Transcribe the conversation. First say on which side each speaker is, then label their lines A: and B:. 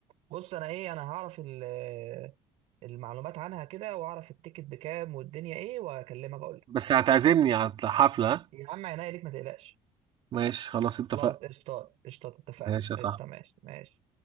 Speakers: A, on the right; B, on the right.
A: بص انا ايه انا هعرف ال- المعلومات عنها كده واعرف التيكت بكام والدنيا ايه واكلمك اقول لك
B: بس هتعزمني على حفلة
A: يا عم عينيا ليك ما تقلقش
B: ماشي خلاص اتفقنا
A: خلاص قشطات قشطات اتفقنا
B: ماشي يا
A: قشطة
B: صاحبي
A: ماشي ماشي